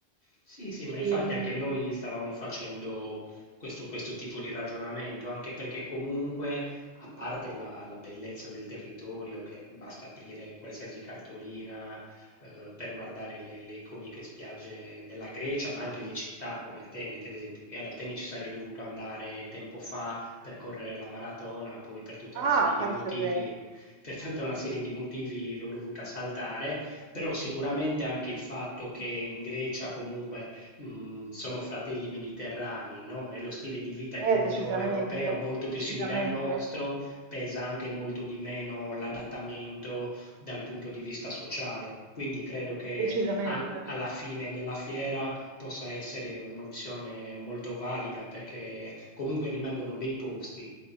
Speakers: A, on the left (about 45°); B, on the right (about 85°).
A: Sì, sì, ma
B: Ehm,
A: infatti anche noi stavamo facendo questo, questo tipo di ragionamento, anche perché comunque, a parte la, la bellezza del territorio, che basta aprire qualsiasi cartolina eh, per guardare le, le iconiche spiagge della Grecia, ma anche le città come Atene, per esempio. Io ad Atene ci sarei dovuto andare tempo fa per correre la maratona, poi per tutta una serie
B: ah,
A: di
B: pensa
A: motivi,
B: te,
A: per tutta una serie di motivi l'ho dovuta saltare. Però sicuramente anche il fatto che in Grecia comunque mh, sono fratelli mediterranei, no? E lo stile di vita è molto
B: eh, decisamente,
A: europeo, molto
B: decisamente,
A: più simile al nostro, pesa anche molto di meno l'adattamento dal punto di vista sociale. Quindi credo che
B: decisamente,
A: al- alla fine della fiera possa essere un'opzione molto valida perché comunque rimangono bei posti.